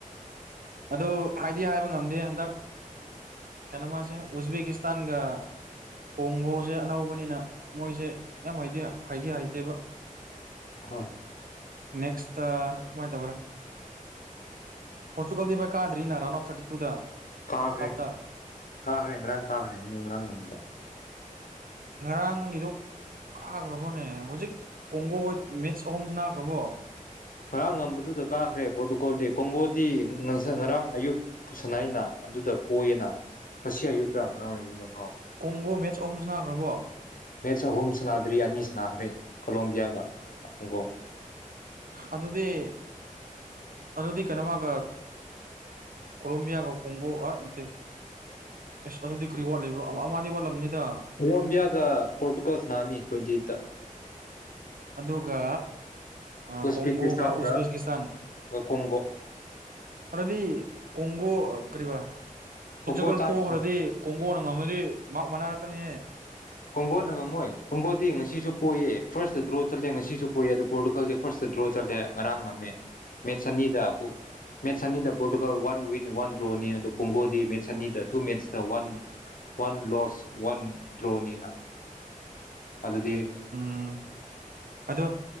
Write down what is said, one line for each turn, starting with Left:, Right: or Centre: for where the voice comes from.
Right: ꯑꯗ ꯍꯥꯏꯗꯤ ꯍꯥꯏꯕ ꯉꯝꯗꯦ ꯍꯟꯗꯛ ꯀꯩꯅꯣ ꯃꯥꯁꯦ ꯎꯖꯕꯦꯛ ꯃ ꯇꯒ ꯀꯣꯡꯒꯣꯁꯦ ꯑꯅꯧꯕꯅꯤꯅ ꯃꯣꯏꯁꯦ ꯌꯥꯝ ꯍꯥꯏꯗꯤ ꯍꯥꯏꯇꯦꯕ
Left: ꯍꯣꯏ
Right: ꯅꯦꯛꯁ ꯀꯃꯥꯏ ꯇꯒ꯭ꯔꯣ ꯄꯣꯔꯆꯨꯒꯜꯗꯤꯚ ꯀꯥꯗ꯭ꯔꯤꯅ ꯔꯟ ꯑꯣꯐ ꯊꯥꯔꯇꯤ ꯇꯨꯗ
Left: ꯀꯥꯈ꯭ꯔꯦ
Right: ꯅꯣꯛꯑꯥꯎꯠꯇ
Left: ꯀꯥꯈ꯭ꯔꯦ ꯉꯔꯥꯡ ꯀꯥꯈ꯭ꯔꯦ ꯑꯃꯨꯛ ꯉꯔꯥꯡ ꯉꯝꯕꯗ
Right: ꯉꯔꯥꯡꯒꯤꯗꯨꯣ ꯀꯥꯈ꯭ꯔꯕ꯭ꯔꯣꯅꯦ ꯍꯧꯖꯤꯛ ꯀꯣꯡꯒꯣꯒ ꯑꯍꯨꯝꯁ ꯅꯥꯈ꯭ꯔꯕꯣ
Left: ꯉꯔꯥꯡ ꯉꯝꯕꯗꯨꯗ ꯀꯥꯈ꯭ꯔꯦ ꯄꯣꯔꯇꯨꯒꯣꯜꯗꯤ ꯀꯣꯡꯒꯣꯗꯤ ꯉꯔꯥꯡ ꯑꯌꯨꯛ ꯁꯅꯥꯏꯅ ꯑꯗꯨꯗ ꯄꯣꯏꯌꯦꯅ ꯉꯁꯤ ꯑꯌꯨꯛꯀ ꯉꯔꯥꯡ ꯑꯌꯨꯔꯛ
Right: ꯀꯣꯡꯒꯣ ꯃꯦꯠꯁ ꯑꯍꯨꯝ ꯁꯅꯥꯈ꯭ꯔꯕꯣ
Left: ꯃꯦ ꯆ ꯍ ꯁꯅꯥꯗ ꯗ꯭ꯔꯤ ꯑꯅꯤ ꯁꯅꯥꯈ꯭ꯔꯦ ꯀꯣꯂꯣꯝꯕꯤꯌꯥꯒ ꯍꯣꯡꯒꯣ
Right: ꯑꯗꯨꯗꯤ ꯑꯗꯨꯗꯤ ꯀꯩꯅꯣꯃꯒ ꯀꯣꯂꯣꯝꯕꯤꯌꯥꯒ ꯀꯣꯡꯒꯣ ꯑ ꯅꯠꯇꯦ ꯑꯁ ꯑꯗꯨꯗꯤ ꯀꯔꯤ ꯋꯥꯠꯂꯤꯕ꯭ꯔꯣ ꯑꯃꯗꯤꯗꯤ ꯋꯥꯠꯂꯝꯅꯤꯗ
Left: ꯀꯂꯝꯕꯌꯥꯒ ꯄꯣꯔꯇꯨꯒꯜꯁ ꯅꯅꯤ ꯇ꯭ꯋꯦꯟꯇꯤ ꯑꯩꯠꯠꯇ
Right: ꯑꯗꯨꯒ ꯑ
Left: ꯎꯁꯕꯦꯀꯤꯁꯇꯥꯟꯒ
Right: ꯀꯣꯣꯡꯒꯣꯒ ꯎꯖꯦꯀꯤꯁꯇꯥꯟꯗꯤ
Left: ꯀꯣꯡꯒꯣ
Right: ꯀꯣꯡꯒꯣ ꯀꯔꯤꯕ ꯄꯨꯆꯀꯜ
Left: ꯀꯣꯡꯒꯣ ꯆꯥꯟꯁ
Right: ꯄꯣꯛꯈ꯭ꯔꯗꯤ ꯀꯣꯡꯒꯣꯅ ꯉꯝꯃꯗꯤ ꯃꯥ ꯃꯅꯥꯛꯄ ꯀꯃꯤ
Left: ꯀꯣꯡꯒꯣꯅ ꯉꯝꯃꯣꯏ ꯀꯣꯡꯒꯣꯗꯤ ꯉꯁꯤꯁꯨ ꯄꯣꯌꯦꯦ ꯐꯥꯔꯁꯇ ꯗ꯭ꯔꯣ ꯆꯠꯂꯦ ꯉꯁꯤꯁꯨ ꯄꯣꯏꯌꯦ ꯑꯗ ꯄꯣꯔꯇꯨꯒꯜꯗꯤ ꯐꯥꯔꯁꯇ ꯗ꯭ꯔꯣ ꯆꯠꯂꯦ ꯉꯔꯥꯡ ꯅ ꯃꯦꯠ ꯆꯅꯤꯗ ꯃꯦꯠꯁ ꯑꯅꯤꯗ ꯄꯣꯔꯇꯨꯒꯜ ꯋꯥꯟ ꯋꯤꯟ ꯋꯥꯟ ꯗ꯭ꯔꯣꯅꯤ ꯑꯗꯣ ꯀꯣꯡꯒꯣꯗꯤ ꯃꯦꯠꯁ ꯑꯅꯤꯗ ꯇꯨ ꯃꯦꯠꯁꯇ ꯋꯥꯟ ꯋꯥꯟ ꯂꯣꯁ ꯋꯥꯟ ꯗ꯭ꯔꯣꯅꯤꯅ ꯑꯗꯤ
Right: ꯎꯝ ꯑꯗꯣ